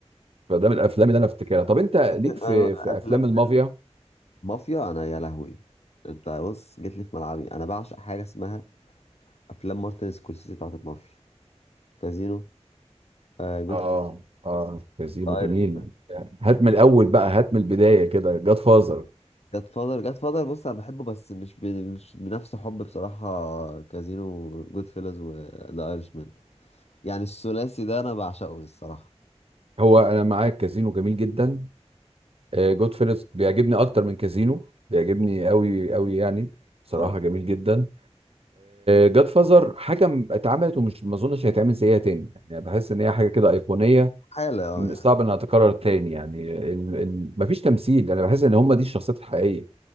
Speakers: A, on the right; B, on the left.
A: فده من الأفلام اللي أنا أفتكرها طب أنت ليك
B: أنا
A: في في
B: افلام
A: أفلام
B: في
A: المافيا؟
B: المافيا انا يا لهوي انت بص جيت لي في ملعبي انا بعشق حاجه اسمها افلام مارتن سكورسيزي بتاعت المافيا كازينو آه
A: اه اه كازينو
B: جود
A: جميل يعني هات من الأول بقى هات من البداية كده جاد فازر
B: جاد فادر جاد فادر بص انا بحبه بس مش ب... مش بنفس حب بصراحة كازينو جود فيلز وذا ايرش مان يعني الثلاثي ده انا بعشقه الصراحة
A: هو انا معاك كازينو جميل جدا جود فيلز بيعجبني اكتر من كازينو بيعجبني قوي قوي يعني بصراحه
B: اه
A: جميل جدا جاد فازر حاجه م- اتعملت ومش ما اظنش هيتعمل زيها تاني يعني بحس ان هي حاجه كده ايقونيه
B: حالة اه
A: م-
B: يعني
A: صعب انها تتكرر تاني يعني ال... ال... مفيش تمثيل انا بحس ان هم دي الشخصيات الحقيقيه